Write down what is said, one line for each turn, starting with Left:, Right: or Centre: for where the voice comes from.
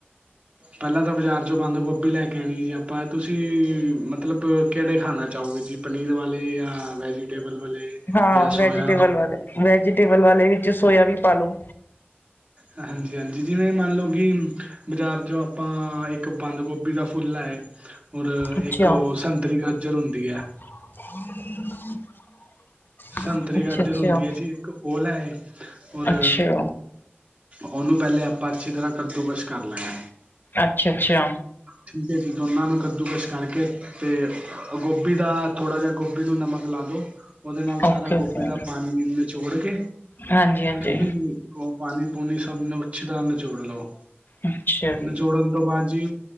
Right: ਪਹਿਲਾਂ ਤਾਂ ਬਾਜ਼ਾਰ ਚੋਂ ਬੰਦ ਗੋਭੀ ਲੈ ਕੇ ਆਉਣੀ, ਜੇ ਆਪਾਂ ਤੁਸੀਂ ਮਤਲਬ ਕਿਹੜੇ ਖਾਣਾ ਚਾਹੋਗੇ ਜੀ? ਪਨੀਰ ਵਾਲੇ ਜਾਂ ਵੈਜੀਟੇਬਲ ਵਾਲੇ?
Left: ਹਾਂ
Right: ਜਾਂ
Left: ਵੈਜੀਟੇਬਲ
Right: ਸੋਇਆ
Left: ਵਾਲੇ ਵੈਜੀਟੇਬਲ ਵਾਲੇ ਵਿੱਚ ਸੋਇਆ ਵੀ ਪਾਲੋ
Right: ਹਾਂਜੀ-ਹਾਂਜੀ, ਜਿਵੇਂ ਮੰਨ ਲਉ ਕਿ ਬਾਜ਼ਾਰ ਚੋ ਆਪਾ ਆਪਾਂ ਇੱਕ ਬੰਦ ਗੋਭੀ ਦਾ ਫੁੱਲ ਲੈ ਆਏ, ਔਰ
Left: ਅੱਛਾ
Right: ਇੱਕ ਸੰਤਰੀ ਗਾਜਰ ਹੁੰਦੀ ਐ
Left: <inaudible>
Right: ਸੰਤਰੀ
Left: ਅੱਛਾ
Right: ਗਾਜਰ
Left: ਅੱਛਾ
Right: ਹੁੰਦੀ ਐ ਜੀ ਇੱਕ ਉਹ ਲੈਏ ਔਰ
Left: ਅੱਛਾ
Right: ਓਨੂੰ ਪਹਿਲੇ ਆਪਾਂ ਅੱਛੀ ਤਰ੍ਹਾਂ ਕੱਦੂਕਸ਼ ਕਰ ਲੈਣਾ।
Left: ਅੱਛਾ-ਅੱਛਾ
Right: ਠੀਕ ਹੈ ਜੀ, ਦੋਨਾਂ ਨੂੰ ਕੱਦੂਕਸ਼ ਕਰਕੇ ਤੇ ਗੋਭੀ ਦਾ ਥੋੜਾ ਜੇਹਾ ਗੋਭੀ ਨੂੰ ਨਮਕ ਲਾ ਦੋ ਓਦੇ ਨਾਲ
Left: ਓਕੇ
Right: ਸਾਰਾ
Left: ਓਕੇ
Right: ਗੋਭੀ ਦਾ ਪਾਣੀ ਨਿਚੋੜ ਕੇ।
Left: ਹਾਂਜੀ ਹਾਂਜੀ
Right: ਠੀਕ ਏ ਜੀ। ਓ ਪਾਣੀ ਪੂਣੀ ਸਭ ਨੂੰ ਅੱਛੀ ਤਰ੍ਹਾਂ ਨਚੋੜ ਲਓ
Left: ਅੱਛਾ ਜੀ
Right: ਨਿਚੋੜਨ ਬਾਦ ਜੀ